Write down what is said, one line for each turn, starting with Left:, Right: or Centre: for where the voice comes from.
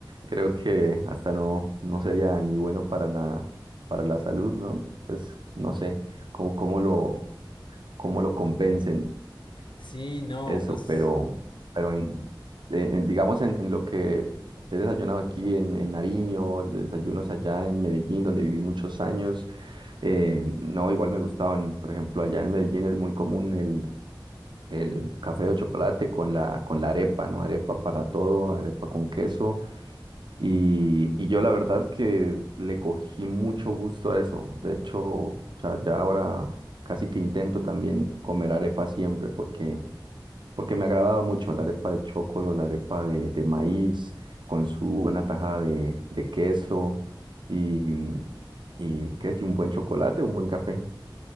Right: creo que hasta no, no sería ni bueno para la, para la salud, ¿no? Pues no sé cómo, cómo lo, cómo lo compensen.
Left: Sí, no,
Right: Eso,
Left: pues
Right: pero, pero en, en- en- digamos en, en lo que he desayunado aquí en, en Nariño, desayunos allá en Medellín, donde viví muchos años, eh, no, igual me gustaban. Por ejemplo, allá en Medellín es muy común el, el café o chocolate con la, con la arepa, ¿no? Arepa para todo, arepa con queso. Y, y yo la verdad que le cogí mucho gusto a eso. De hecho, o sea, ya ahora casi que intento también comer arepa siempre porque porque me agradaba mucho la arepa de chocolo, la arepa de, de maíz, con su buena tajada de, de queso y, y, ¿qué es? Y un buen chocolate, un buen café.